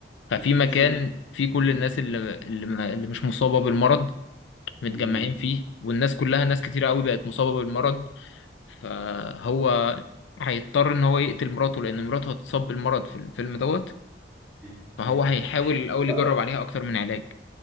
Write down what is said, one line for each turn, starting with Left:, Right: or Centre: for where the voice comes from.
Left: ففي
Centre: ما شفتوش
Left: مكان
Centre: ال...
Left: فيه كل
Centre: مم.
Left: الناس اللي اللي, ما اللي مش مصابة بالمرض متجمعين
Centre: مم.
Left: فيه والناس كلها ناس كتير قوي بقت مصابة بالمرض فهو هيضطر ان هو يقتل مراته لان مراته هتصاب بالمرض في الفيلم دوت
Centre: اوكي
Left: فهو هيحاول الاول
Centre: ما
Left: يجرب عليها اكتر من علاج